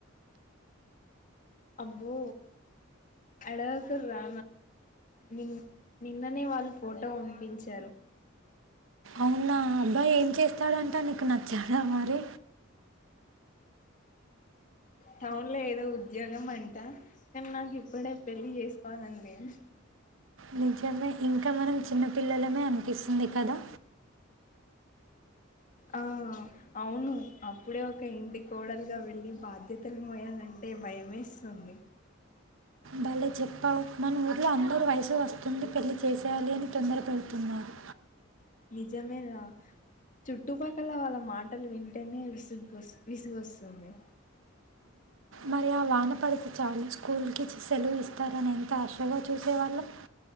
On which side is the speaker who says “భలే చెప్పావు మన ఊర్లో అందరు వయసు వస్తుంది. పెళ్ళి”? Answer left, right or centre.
Right